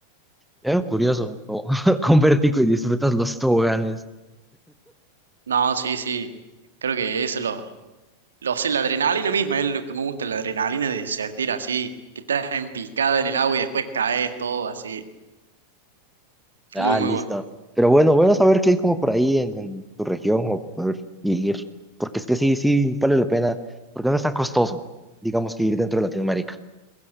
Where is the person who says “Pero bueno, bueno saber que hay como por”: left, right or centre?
Centre